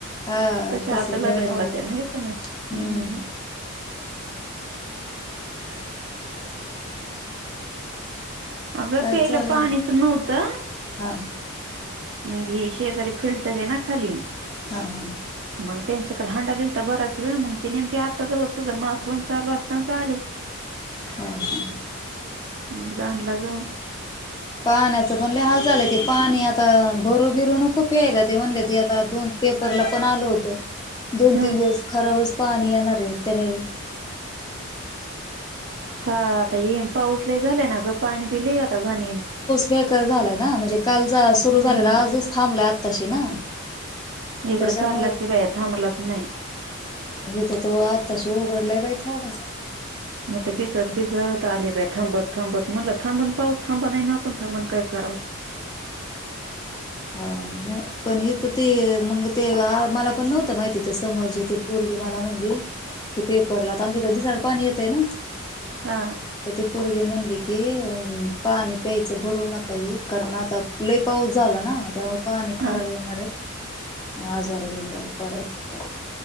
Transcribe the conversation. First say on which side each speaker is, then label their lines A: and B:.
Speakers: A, on the left; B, on the right.
A: हा
B: तश
A: तसंच
B: आता लग्न
A: व्हायलय
B: होत्या ना आहे का नाही
A: हम्म
B: हम् हा अगं
A: काय
B: पेलं
A: चाललंय
B: पाणीच नव्हतं
A: हा
B: मी शेजारी फिल्टर आहे ना खाली
A: हा हा.
B: मग त्यांच्याकडे हंड आता बराच वेळ मग ते नेमके आताच होतोच मग फोन चालू असतानाच आले
A: हा ह
B: म जाला जाऊन
A: पाण्याचं पण हालचाल ते पाणी आता भरू बिरू नको प्यायला ते म्हणले ते आता दोन पेपरला पण ल होत दोन
B: हा
A: तीन दिवस खराबच पाणी येणार आहे त्याने
B: हा आता ये पाऊसला झालाय ना ग पाणी बिले आता घणी
A: बकार झालाय ना म्हणजे कालचा सुरू झालेला
B: हम्म
A: आजच थांबलाय आताशी ना
B: इकडं
A: त्याच्यामुळ
B: चाललाच बाया थांबलाच नाही
A: हे तर तो आत्ताश उघडलाय बा थोडास
B: म ते भिजत भिजत आले बथ ब थांबत म्हटलं थांबून पाऊस थांबत नाही ना आपण थांबून काय करावत
A: हा नाही पण इथ ती मग ते मला पण नव्हतं माहिती तर समोरचे त पोरगी मला म्हणली कि पेपरला तर आमच्या दिसाड पाणी येते ना
B: हा
A: तर ती पोरगी म्हणली की अ पाणी प्यायचं भरून नकाही कारण आता लय पाऊस झाला ना त्यामुळे पाणी खराब
B: हा
A: येणारे आजारी बिजारीे पडायचं कार